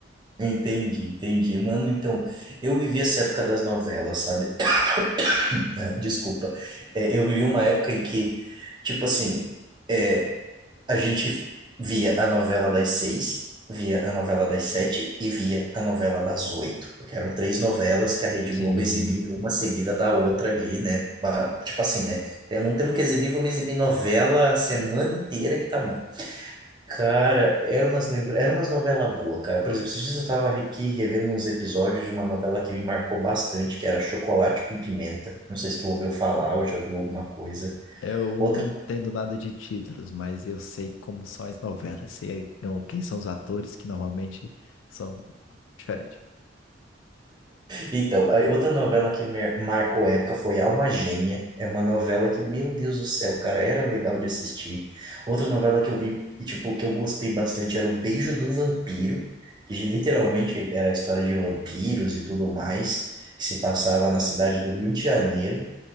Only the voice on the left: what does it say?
Sim.
Eu
não entendo nada de títulos, mas eu sei como são as novelas, sei eh, quem são os atores que normalmente são diferentes.